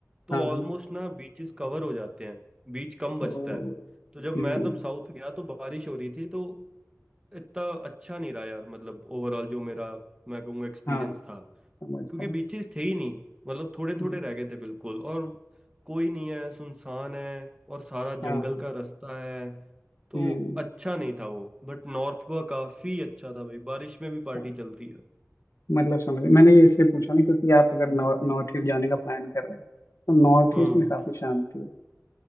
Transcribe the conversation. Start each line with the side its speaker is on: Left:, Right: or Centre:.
Right: तो
Left: हाँ
Right: ऑलमोस्ट
Left: हाँ
Right: ना बीचेस कवर हो जाते हैं बीच कम बचता
Left: तो
Right: है तो जब मैं
Left: हम्म
Right: तब साउथ गया तो बारिश हो रही थी तो इतना अच्छा नहीं रहा यार मतलब ओवरऑल जो मेरा मैं कहूँगा एक्सपीरियंस
Left: हाँ
Right: था
Left: समझ रहा
Right: क्योंकि
Left: हूँ
Right: बीचेस थे ही नहीं मतलब थोड़े
Left: हम्म,
Right: थोड़े रह गए थे बिल्कुल और कोई नहीं है सुनसान है और सारा
Left: हाँ
Right: जंगल
Left: हाँ,
Right: का रास्ता है तो
Left: हम्म
Right: अच्छा नहीं था वो बट नॉर्थ गोवा काफी अच्छा था भाई बारिश में भी पार्टी
Left: हाँ,
Right: चल रही है
Left: मतलब समझ मैंने ये इसलिए पूछा ना क्योंकि आप अगर नॉर्थ ईस्ट जाने का प्लान कर रहे हैं तो नॉर्थ
Right: हम्म
Left: ईस्ट में काफी शांति है